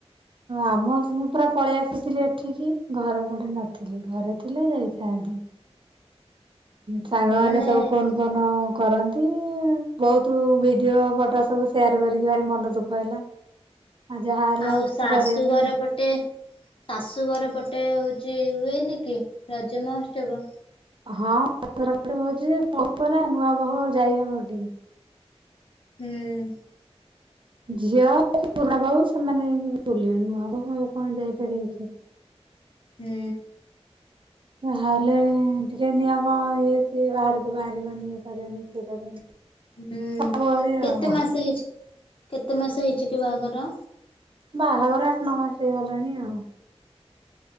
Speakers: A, on the right; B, on the left.
A: ଆମ ମୁଁ ପୁରା ପଳେଇ ଆସିଥିଲି ଏଠିକି ଘର ପଟେ ନଥିଲି ଘରେ ଥିଲେ ଯାଇଥାନ୍ତି। ସାଙ୍ଗମାନେ
B: ମାନେ
A: ସବୁ ଫୋନ୍ ଫୋନ୍ କଣ କରନ୍ତି, ବହୁତ ଭିଡ଼ିଓ ଫଟୋ ସବୁ ସେୟାର କରିକି ଭାରି ମନ ଦୁଃଖ ହେଲା। ଆଉ ଯାହା ହେଲେ
B: ଆଉ
A: କିଛି
B: ଶାଶୁଘର
A: କରିହବନି
B: ପଟ ଗୋଟିଏ ଶାଶୁଘର ପଟେ ହଉଛି ହୁଏନି କି ରଜ ମହୋତ୍ସବ।
A: ହଁ <unintelligible> ନୂଆ ବୋହୂ ଯାଇ ହବ ହେଟିକି
B: ହୁଁ
A: ଝିଅ ପୁରୁଣା ବୋହୁ ସେମାନେ ବୁଲିବେ, ନୂଆ ବୋହୁ ଆଉ କଣ ଯାଇ ପାରିବେ କି।
B: ହୁଁ
A: ଯା ହେଲେ ଟିକେ ନିୟମ ଇଏ ସିଏ ବାହାରକୁ ବାହାରିବନି ଇଏ କରିବନି ସିଏ କରିବନି
B: ହୁଁ
A: ସବୁଆଡେ
B: କେତେ
A: ଆଉ
B: ମାସ ହେଇଚି? କେତେ ମାସ ହେଇଚି କି ବାହାଘର?
A: ବାହାଘର ଆଠ ନ ମାସ ହେଇଗଲାଣି ଆଉ।